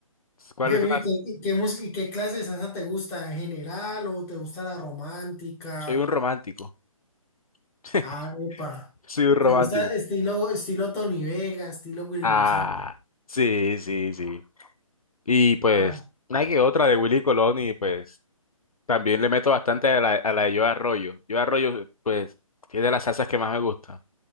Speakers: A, on the left (about 80°); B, on the left (about 15°).
A: ¿Cuáles
B: Baby,
A: son las?
B: ¿y qué, y qué mus- y qué clase de salsa te gusta en general o te gusta la romántica?
A: Soy un romántico. <laughs>
B: Ah, epa.
A: Soy un romántico.
B: ¿Te gusta estilo, estilo Tony Vega, estilo Will
A: Ah,
B: González?
A: sí, sí, sí. Y pues,
B: Ah,
A: una que otra de Willy Colón y pues También le meto bastante a la, a la de Yo Arroyo. Yo Arroyo, pues, es de las salsas que más me gusta.